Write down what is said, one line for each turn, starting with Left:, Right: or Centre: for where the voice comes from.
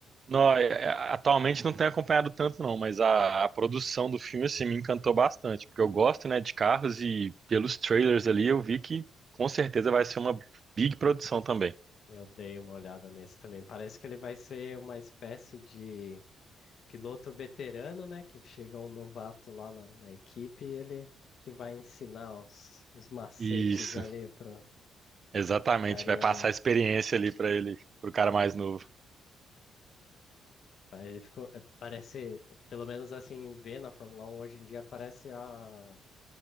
Right: Não, é- é- atualmente não tenho acompanhado tanto não, mas a, a produção do filme assim me encantou bastante, porque eu gosto, né, de carros e pelos trailers ali eu vi que com certeza vai ser uma big produção também.
Left: Eu dei uma olhada nesse também. Parece que ele vai ser uma espécie de piloto veterano, né? Que chega um novato lá na, na equipe e ele que vai ensinar os, os macetes
Right: Isso,
Left: ali pro,
Right: exatamente,
Left: pro carinha
Right: vai passar
Left: no.
Right: a experiência ali pra ele, pro cara
Left: né?
Right: mais novo.
Left: Ele ficou. é, Parece, pelo menos assim, ver na Fórmula Um hoje em dia, parece a